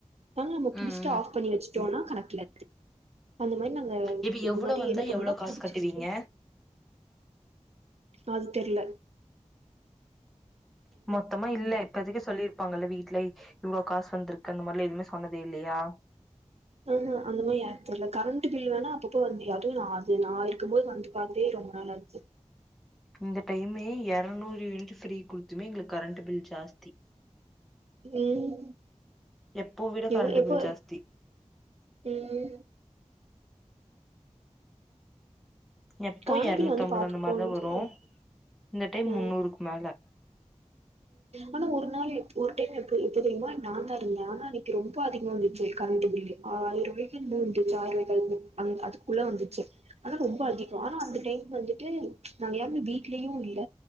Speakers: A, on the right; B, in the centre.
A: அதனால நம்ம புடிச்சுட்டு
B: ம்
A: ஆஃப் பண்ணியாச்சு <unintelligible> அந்த மாதிரி நாங்க
B: இப்ப
A: இது
B: எவ்ளோ
A: மாதிரி
B: வந்தா
A: என்ன பண்ணறோம்னா
B: எவ்ளோ காசு
A: புடிச்சுக்கிட்டே
B: கட்டுவீங்க
A: அது தெரில
B: மொத்தமா இல்ல இப்போதைக்கு சொல்லியிருப்பாங்கல்ல வீட்ல இவ்ளோ காசு வந்திருக்குன்னு இந்த மாதிரி எதுவுமே சொன்னதே இல்லையா
A: ஆஹ் ஆஹ் அந்த மாதிரி தெர்ல கரண்ட் பில் வேணா அப்பப்போ வந்து அதுவும் நான் அது நான் இருக்கும்போது வந்து பாத்தே ரொம்ப நாளா இருச்சு
B: இந்த டைமே இருநூறு யூனிட் ஃரீ குடுத்துமே எங்களுக்கு கரண்ட் பில் ஜாஸ்தி
A: உம்
B: எப்போ விட கரண்ட்
A: எ எப்போ
B: பில் ஜாஸ்தி
A: உம்
B: எப்போ
A: கான்பில்
B: எருநூத்தி
A: வந்து
B: அம்பது
A: பாத்துட்டு
B: அந்த மாதிரிதான்
A: போனுச்சு
B: வரும் இந்த டைம்
A: ஆ
B: முன்னூறுக்கு மேல
A: ஆனா ஒரு நாள் ஒரு டைம் எப்ப எப்போ தெரியுமா நான்தான் இருந்தேன் ஆனா அன்னைக்கு ரொம்ப அதிகம் இருந்துச்சு கரண்ட் பில் ஆயிரம் ராய மூ இருந்துச்சு ஆயிரபாய் அதுக்குள்ள வந்துச்சு ஆனா ரொம்ப அதிகம் ஆனா அந்த டைம் வந்துட்டு நாங்க யாருமே வீட்லயும் இல்ல